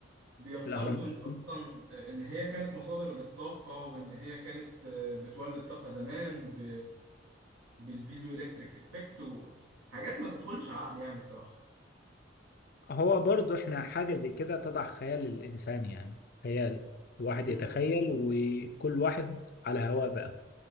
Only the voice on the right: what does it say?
بيفترضوا
ان
اصلا ان هي كانت مصادر للطاقه وان هي كانت آه، بتولد طاقه زمان ب... بالبيزو الكتريك افكت وحاجات ما تدخلش عقل يعني الصراحه
مم.